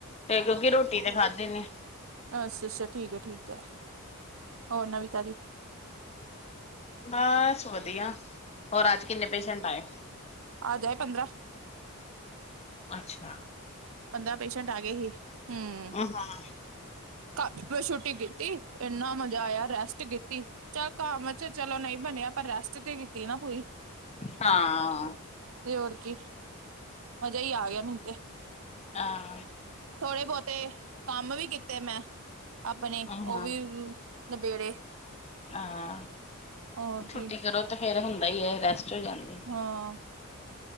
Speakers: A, on the left; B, on the right.
A: ਤੇ ਕਿਉਂਕਿ ਰੋਟੀ ਤੇ ਖਾਧੀ ਨੀ।
B: ਅੱਛਾ- ਅੱਛਾ ਠੀਕ ਐ, ਠੀਕ ਐ, ਹੋਰ ਨਵੀ ਤਾਜੀ।
A: ਬਾਸ ਵਧੀਆ, ਹੋਰ ਅੱਜ ਕਿੰਨੇ ਪੇਸ਼ੈਟ ਆਏ।
B: ਆਜ ਆਏ ਪੰਦਰਾਂ।
A: ਅੱਛਾ,
B: ਪੰਦਰਾਂ ਪੇਸ਼ੈਂਟ ਆ ਗਏ ਸੀ ਹੂੰ।
A: ਹਾਂ
B: ਕਲ ਛੁੱਟੀ ਕੀਤੀ, ਇਨਾ ਮਜ਼ਾ ਆਇਆ ਰੈਸਟ ਕੀਤੀ ਚਲ ਕਮ 'ਚ ਚਲੋ ਨਹੀ ਬਣਿਆ ਪਰ ਰੈਸਟ ਤੇ ਕੀਤੀ ਨਾ ਪੂਰੀ
A: ਹਾਂ,
B: ਤੇ ਹੋਰ ਕੀ ਮਜ਼ਾ ਹੀ ਆ ਗਿਆ ਮੈਨੂੰ ਤੇ
A: ਹਾਂ,
B: ਥੋੜੇ ਬਹੁਤੇ ਕਮ ਵੀ ਕਿਤੇ ਤੇ ਮੈਂ ਆਪਣੇ
A: ਹਾਂ
B: ਉਹ ਵੀ ਨਬੇੜੇ
A: ਹਾਂ
B: ਹੋਰ
A: ਛੁੱਟੀ
B: ਕੀ
A: ਕਰੋ ਤੇ ਫੇਰ ਹੁੰਦਾ ਹੀ ਹੈ, ਰੈਸਟ ਹੋ ਜਾਦੀ
B: ਹਾਂ